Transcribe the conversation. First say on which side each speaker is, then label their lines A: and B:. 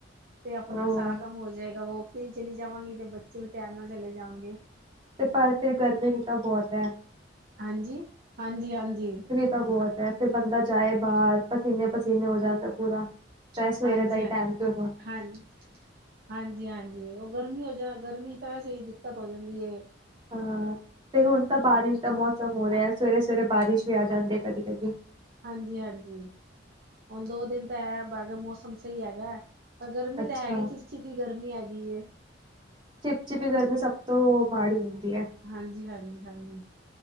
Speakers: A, on the right; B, on the right.
A: ਤੇ ਆਪਣਾ
B: ਉਹ
A: ਸਾਰਾ ਕੰਮ ਹੋ ਜਾਏਗਾ ਵੋਕ ਤੇ ਵੀ ਚੱਲੀ ਜਾਵਾਂਗੀ ਤੇ ਬੱਚੇ ਵੀ ਟਾਈਮ ਨਾਲ ਚਲੇ ਜਾਓਗੇ।
B: ਤੇ ਪਰ ਫਿਰ ਗਰਮੀ ਵੀ ਤਾਂ ਬਹੁਤ ਹੈ।
A: ਹਾਂਜੀ, ਹਾਂਜੀ-ਹਾਂਜੀ।
B: ਤ ਬਹੁਤ ਹੈ ਫਿਰ ਬੰਦਾ ਜਾਏ ਬਾਹਰ ਪਸੀਨੇ-ਪਸੀਨੇ ਹੋ ਜਾਂਦੈ ਪੂਰਾ। ਚਾਹੇ ਸਵੇਰੇ
A: ਹਾਂਜੀ,
B: ਦਾ ਹੀ
A: ਹਾਂ,
B: ਟਾਈਮ ਕਿਉਂ ਨਾ
A: ਹਾਂਜ ਹਾਂਜੀ-ਹਾਂਜੀ, ਉਹ ਗਰਮੀ ਹੋ ਜਾ ਗਰਮੀ ਚ ਤਾਂ ਵੈਸੇ ਵੀ ਦਿੱਕਤ ਹੋ ਜਾਂਦੀ ਏ‌।
B: ਹਾਂ, ਤੇ ਹੁਣ ਤਾਂ ਬਾਰਿਸ਼ ਦਾ ਮੌਸਮ ਹੋ ਰਿਐ, ਸਵੇਰੇ-ਸਵੇਰੇ ਬਾਰਿਸ਼ ਵੀ ਆ ਜਾਂਦੀ ਐ, ਕਦੀ-ਕਦੀ।
A: ਹਾਂਜੀ-ਹਾਂਜੀ, ਹੁਣ ਦੋ ਦਿਨ ਤਾਂ ਐ ਬਾਗੇ ਮੌਸਮ ਸਹੀ ਹੈਗੈ। ਪਰ ਗਰਮੀ
B: ਅੱਛਾ
A: ਤਾਂ ਹੈਗੀ, ਚਿਪਚਿਪੀ ਗਰਮੀ ਹੈਗੀ ਏ।
B: ਚਿਪਚਿਪੀ ਗਰਮੀ ਸਭ ਤੋਂ ਮਾੜੀ ਹੁੰਦੀ ਐ।
A: ਹਾਂਜੀ, ਹਾਂਜੀ, ਹਾਂਜੀ।